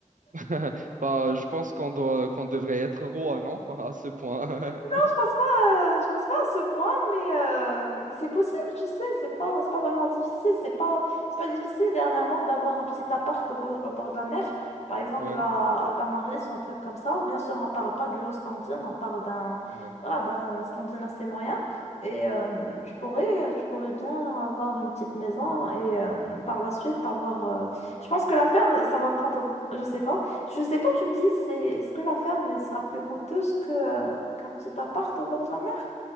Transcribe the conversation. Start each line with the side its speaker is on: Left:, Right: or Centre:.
Right: <laughs> bah je pense qu'on doit qu'on devrait être roi, non? <laughs> À ce point.
Left: Non, je pense pas, euh, je pense pas à ce point, mais euh, c'est possible, tu sais, c'est pas, c'est pas vraiment difficile, c'est pas, c'est pas difficile dernièrement d'avoir un petit appart au bord, au bord de la mer, par exemple
Right: <laughs> Ouais,
Left: à, à Tamaris ou un truc comme ça. Bien sûr, on parle pas du haut standing, on parle d'un,
Right: ouais.
Left: voilà, d'un standing assez moyen, et euh, tu pourrais, tu pourrais bien avoir une petite maison et euh, par la suite avoir, euh, je pense que la ferme, ça va prendre, je sais pas. Je sais pas, tu me dis, c'est est-ce que la ferme elle sera plus coûteuse que euh, qu'un petit appart au bord de la mer?